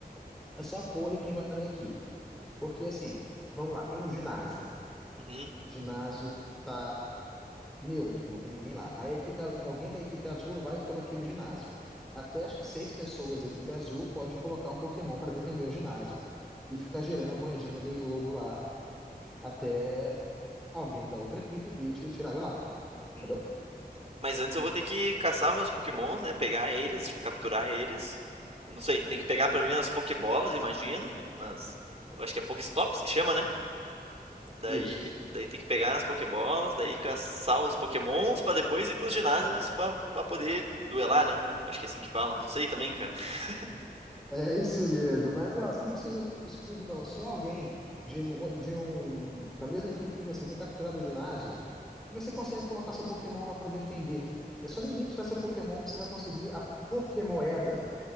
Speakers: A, in the centre; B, on the right.
A: É só a cor e quem vai estar na equipe. Porque assim, vamos lá, tem um ginásio.
B: Uhum.
A: Ginásio tá neutro, não tem ninguém lá. Aí a equipe, a- alguém da equipe azul vai e toma aquele ginásio. Até acho que seis pessoas da equipe azul pode colocar um Pokémon para defender o ginásio e ficar girando a moedinha do jogo lá até alguém da outra equipe e te tirar de lá.
B: Uhum.
A: Entendeu?
B: Mas antes eu vou ter que caçar meus Pokémons, né? Pegar eles, tipo, capturar eles. Não sei, tem que pegar pra mim as Pokébolas, imagino. Nas... Eu acho que é Pokéstops que chama, né? Daí,
A: Isso.
B: daí tem que pegar as Pokébolas, daí caçar os Pokémons pra depois ir pros ginásios pra, pra poder duelar, né? Acho que é assim que fala. Não sei também, cara. <laughs>
A: É isso mesmo. Mas, ó, você não precisa disso tudo, não. É Só alguém de um, de um, da mesma equipe que você ter capturado o ginásio, que você consegue colocar seu Pokémon lá pra defender. É só ninguém tirar seu Pokémon que você vai conseguir a Pokémoeda.